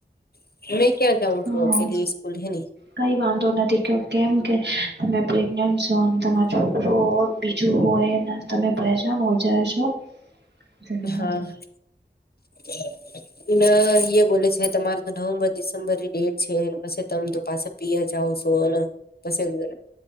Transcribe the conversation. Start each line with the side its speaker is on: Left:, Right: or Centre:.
Left: <inaudible> ક્યાં જાઉ
Right: હા
Left: છું અકેલી સ્કૂલ હૈની?
Right: કઈ વાંધો નથી ક કેમ કે. <unintelligible> <unintelligible> <unintelligible> <unintelligible> <unintelligible> <inaudible> તમે પરેશાન <unintelligible> <unintelligible> સો. ધન્યવાદ!
Left: હા <inaudible> બોલે છે તમારે તો નવેમ્બર ડિસેમ્બરની ડેટ છેને પસી તમે તો પાસા પીયર જાવ સો ને પસી